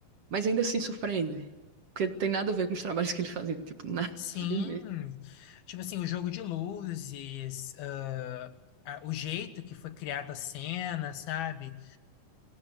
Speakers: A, on the right; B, on the left.
A: mas ainda assim surpreende, porque tem nada a ver com os trabalhos que ele fazia, tipo, <laughs> nada
B: Sim,
A: a ver mesmo.
B: tipo assim, o jogo de luzes, ah, a- o jeito que foi criada a cena, sabe?